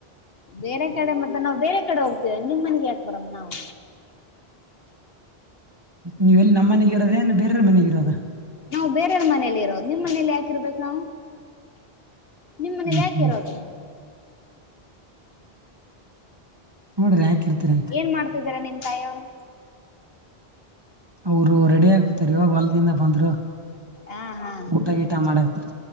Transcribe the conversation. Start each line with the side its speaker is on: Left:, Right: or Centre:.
Left: ಬೇರೆ ಕಡೆ ಮತ್ತೆ ನಾವು ಬೇರೆ ಕಡೆ ಹೋಗ್ತೇವೆ ನಿಮ್ ಮನೆಗ್ ಯಾಕ್ ಬರನ್ ನಾವು
Right: ನೀವು ಎಲ್ಲಿ ನಮ್ಮ ಮನೆಗ ಇರೋದ ಏನ ಬೇರೆಯವ್ರ ಮನೆಗ ಇರೋದ
Left: ನಾವು ಬೇರೆಯವ್ರ ಮನೇಲಿ ಇರೋದ ನಿಮ್ ಮನೇಲಿ ಯಾಕಿರ್ಬೇಕು ನಾವು ನಿಮ್ಮ ಮನೇಲಿ
Right: ಹ್ಮ್
Left: ಯಾಕೆ
Right: ಹ್ಮ್
Left: ಇರೋದು
Right: ಸುಮ್ಮನೆ ಯಾಕ್ ಇರತಿರಿ
Left: ಏನ್ ಮಾಡ್ತಿದ್ದಿರ ನಿಮ್ ತಾಯಿಯವರು
Right: ಅವರು ರೆಡಿ ಆಕಿತರ್ ಇವಾಗ ಹೊಲದಿಂದ ಬಂದ್ರು
Left: ಹಾ ಹಾ
Right: ಊಟ ಗೀಟ ಮಾಡಾಕ್ತಾರ